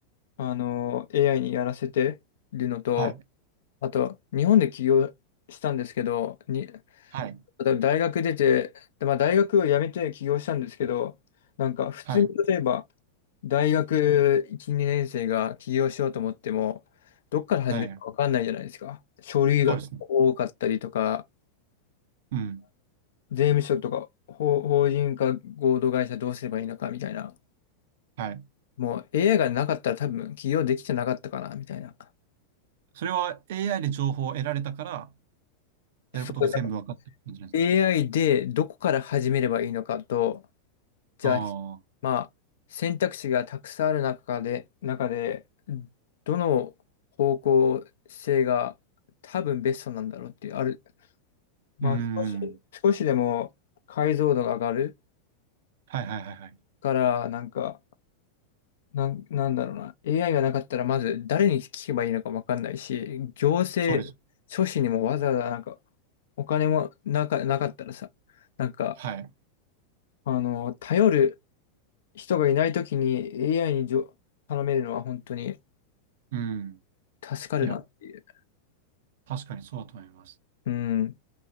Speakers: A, on the left (about 60°); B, on the right (about 55°).
A: あの、AI にやらせてるのと、
B: はい。
A: あと、日本で起業したんですけど、に、
B: はい。
A: 例えば大学出て、でまあ、大学を辞めて起業したんですけど、なんか普通に例えば、
B: はい。
A: 大学1、2年生が起業しようと思っても、どっから始めるか分かんないじゃないですか。
B: はい。
A: 書類が多かったりとか、
B: そうですね。うん。
A: 税務署とか、法、法人化合同会社どうすればいいのかみたいな。
B: はい。
A: もう AI がなかったら多分起業できてなかったかな、みたいな。
B: それは AI で情報を得られたから、やることが全部分かったっ感じなんですか
A: そう AI でどこから始めればいいのかと、じゃあ、
B: あ
A: まあ、選択肢がたくさんある中で、中で、どの方向性が多分ベストなんだろうっていう、ある、まあ、
B: あー、うー
A: 少し、
B: ん。
A: 少しでも解像度が上がる
B: はいはいはいはい。
A: から、なんか、なん、なんだろうな、AI がなかったら、まず誰に聞けばいいのかわかんないし、行政書士にもわざわざなんか、
B: そうです。
A: お金もなか、なかったらさ、なんか、
B: はい。
A: あの、頼る人がいないときに AI にじょ頼めるのは本当に
B: うん。
A: 助かるなっていう。
B: いや、確かにそうだと思います。
A: うん。